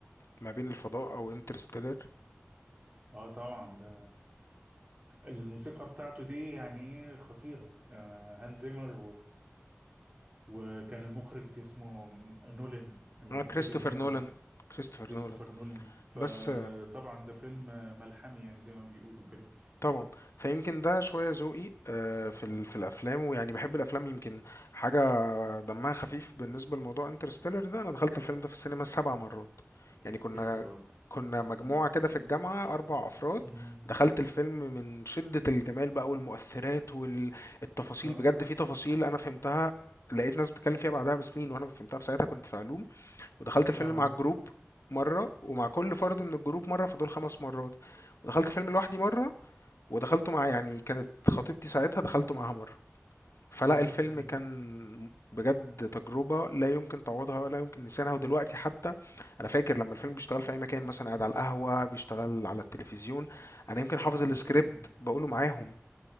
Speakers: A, on the left (about 75°); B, on the right (about 30°).
A: ما بين الفضاء او انترستيلر
B: اه طبعا ده الموسيقى بتاعته دي يعني ايه خطيرة آه هانز زيمر وكان المخرج اسمه نولان المخرج
A: كريستوفر
B: الهندي
A: نولان كريستوفر
B: كريستوفر
A: نولان
B: نولان فطبعا
A: بس
B: ده فيلم ملحمي يعني زي ما بيقولوا كده
A: طبعًا، فيمكن ده شوية ذوقي آآ في ال في الأفلام، ويعني باحب الأفلام يمكن حاجة دمها خفيف بالنسبة لموضوع Interstellar ده، أنا دخلت الفيلم ده في السينما 7 مرات، يعني كنا
B: يا خبر ابيض
A: كنا مجموعة
B: مم.
A: كده في الجامعة 4 أفراد،
B: مم.
A: دخلت الفيلم من شدة الجمال بقى والمؤثرات وال التفاصيل،
B: اه
A: بجد في تفاصيل أنا فهمتها لقيت ناس بتتكلم فيها بعدها بسنين، وأنا فهمتها في ساعتها كنت في علوم، ودخلت الفيلم
B: اه
A: مع الجروب مرة، ومع كل فرد من الجروب مرة، فدول 5 مرات، ودخلت الفيلم لوحدي مرة ودخلته مع يعني كانت خطيبتي ساعتها دخلته معاها مرة فلا
B: مم.
A: الفيلم
B: مم.
A: كان بجد تجربة لا يمكن تعوضها ولا يمكن نسيانها ودلوقتي حتى أنا فاكر لما الفيلم بيشتغل في أي مكان مثلا قاعد على القهوة بيشتغل على التلفزيون أنا يمكن
B: لا
A: حافظ
B: خطير
A: السكريبت بقوله معاهم